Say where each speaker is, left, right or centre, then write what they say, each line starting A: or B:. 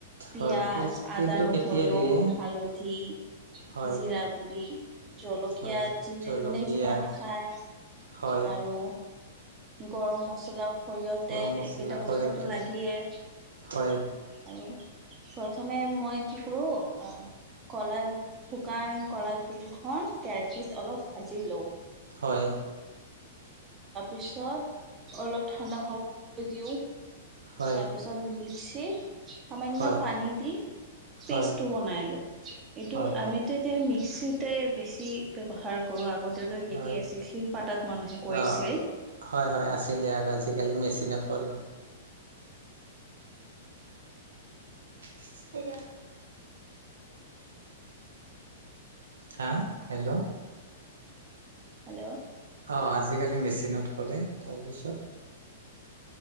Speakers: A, on the right; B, on the right.
A: পিয়াজ,
B: হয়, তিল তিলটো
A: আদা, নহৰু,
B: কেতিয়া দিয়ে?
A: হালধি।
B: হয়,
A: জিৰা গুৰি জলকীয়া
B: হয়,
A: যনে
B: জলকীয়া
A: যোনে যিমান খায়।
B: হয়,
A: আৰু। গৰম মছলা সৰিয়হ
B: গৰম
A: তেল
B: মছলা,
A: এইকেইটা বস্তুটো
B: সৰিয়হ তেল
A: লাগিয়ে। আৰু
B: হয়,
A: প্ৰথমে মই কি কৰোঁ আহ। কলা শুকান কলা তিলখন কেৰাহীত অলপ ভাজি লওঁ।
B: হয়।
A: ত পিছত অলপ ঠাণ্ডা হব দিওঁ।
B: হয়,
A: তাৰপিছত মিক্সিত। সামান্য
B: হয়,
A: পানী দি
B: হয়,
A: পেষ্টটো বনাই লওঁ এইটো
B: হয়, হয়,
A: আমিতে এতিয়া মিক্সিতে বেছি ব্যৱহাৰ। কৰো আগতে সেতি
B: হয়,
A: আছিল শিল পাতাত মানুহে কৰিছিল।
B: অ'। হয়, হয় আছিলে আৰু আজিকালি মেচিনত কৰে। <unintelligible> হা হেল্ল'।
A: হেল্ল'।
B: অ', আজিকালি মেচিনত কৰে তাৰপিছত।